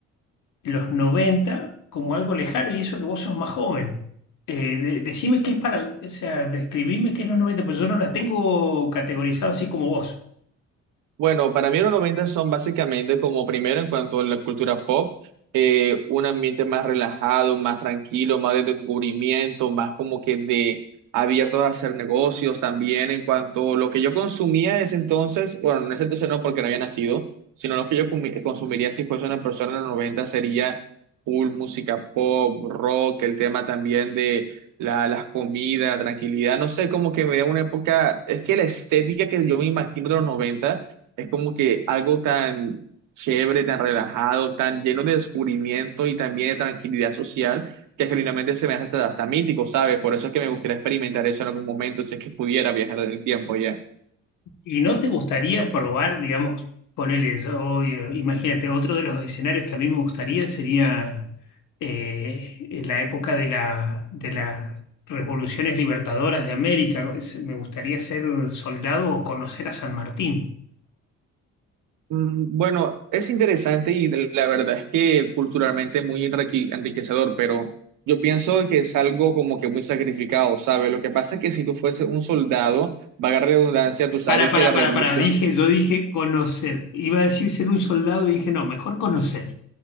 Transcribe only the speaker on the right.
Bueno, para mí los 90 son básicamente como primero en cuanto a la cultura pop, eh, un ambiente más relajado, más tranquilo, más de descubrimiento, más como que de abiertos a hacer negocios también en cuanto a lo que yo consumía en ese entonces, bueno, en ese entonces no porque no había nacido, sino lo que yo comi- consumiría si fuese una persona en los 90 sería full música pop, rock, el tema también de la, las comidas, la tranquilidad, no sé, como que me da una época, es que la estética que yo me imagino de los 90 es como que algo tan chévere, tan relajado, tan lleno de descubrimiento y también de tranquilidad social, que genuinamente se me hace hasta, hasta mítico, ¿sabes? Por eso es que me gustaría experimentar eso en algún momento, si es que pudiera viajar en el tiempo ya.
Mm, Bueno, es interesante y de- la verdad es que culturalmente muy enrique- enriquecedor, pero yo pienso que es algo como que muy sacrificado, ¿sabes? Lo que pasa es que si tú fueses un soldado, vaga redundancia, tú sabes
que la
revolución...